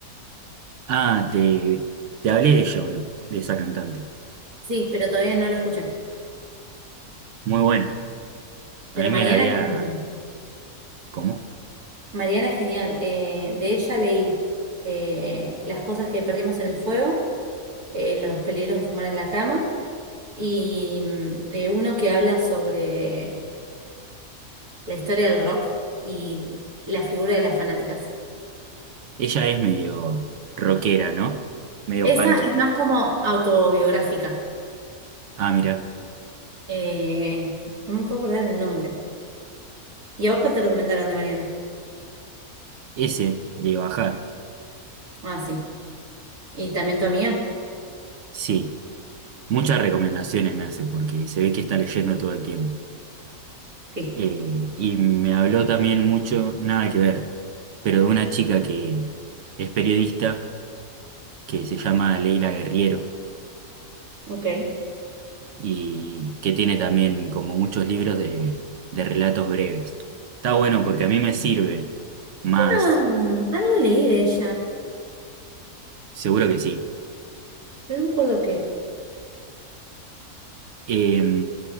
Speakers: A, on the right; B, on the right.
A: Ah, te, te hablé de ella o no, de esa cantante.
B: Sí, pero todavía no la escuché.
A: Muy buena.
B: Pero
A: A mí me
B: mañana
A: la había...
B: es genial.
A: ¿Cómo?
B: Mariana es genial. Eh, de ella leí eh, las cosas que perdimos en el fuego, eh, los peligros de fumar en la cama y mm, eh, uno que habla sobre la historia del rock y la figura de las fanáticas.
A: Ella es medio rockera, ¿no? Medio
B: Esa
A: punky.
B: es más como autobiográfica.
A: Ah, mira,
B: Eh, no me puedo acordar el nombre. ¿Y a vos cuál te recomendaron de Mariana?
A: ese de bajar.
B: Ah, sí. ¿Y también tu amiga?
A: Sí, muchas recomendaciones me hace porque se ve que está leyendo todo el tiempo.
B: Sí.
A: Eh, y me habló también mucho, nada que ver, pero de una chica que es periodista, que se llama Leila Guerriero
B: Ok.
A: y que tiene también como muchos libros de, de relatos breves. Está bueno porque a mí me sirve más,
B: Ah, algo leí de ella,
A: seguro que sí.
B: pero no me acuerdo qué.
A: Eh,